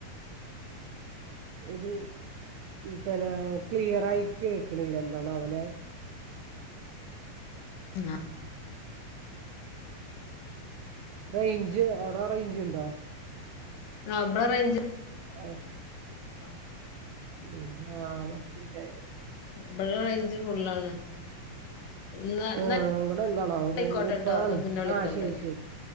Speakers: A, on the right; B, on the left.
A: ഇത് പിന്നെ ക്ലിയർായി കേക്കണില്ല എന്തണോ അവനെ
B: ആ
A: റേഞ്ച് എവിടാ റേഞ്ച് ഇണ്ടോ
B: ഫബ്രറഞ്ച്
A: ആഹ
B: അ
A: ഉം ആഹ അ
B: ഇവിടെ റേഞ്ച് ഫുള്ളാണ് എന്നാ
A: ആ
B: എന്നാ
A: ഇവിടെ എന്താണോ
B: ആയിക്കോട്ടെ
A: ഇപ്പഴാന്ന്
B: ട്ടോ എന്നാ പിന്നെ വിളിക്കണ്ട്
A: ആഹ ശരി ശരി